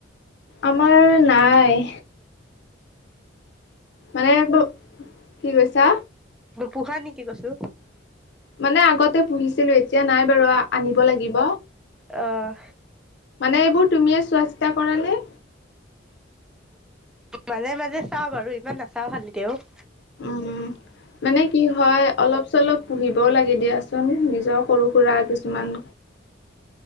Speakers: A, on the left; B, in the centre.
A: আমাৰ নাই মানে কি কৈছা
B: তই পোহা নেকি কৈছো
A: মানে আগতে পুহিছিলো এতিয়া নাই বাৰু আনিব লাগিব
B: অঁ
A: মানে এইবোৰ তুমিয়ে চোৱা চিতা কৰা নে
B: মাজে মাজে চাওঁ বাৰু ইমান নাচাও খালি তেওঁও
A: উম মানে কি হয় অলপ চলপ পুহিবও লাগে দিয়াচোন নিজক সৰু সুৰা কিছুমান